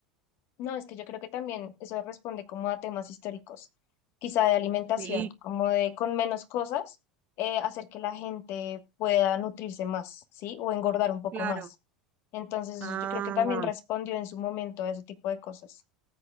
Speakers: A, on the left; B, on the right.
A: No, es que yo creo que también eso responde como a temas históricos, quizá de alimentación,
B: Sí,
A: como de con menos cosas, eh, hacer que la gente pueda nutrirse más, ¿sí? O engordar un poco
B: claro.
A: más. Entonces, eso
B: Ah.
A: yo creo que también respondió en su momento a ese tipo de cosas,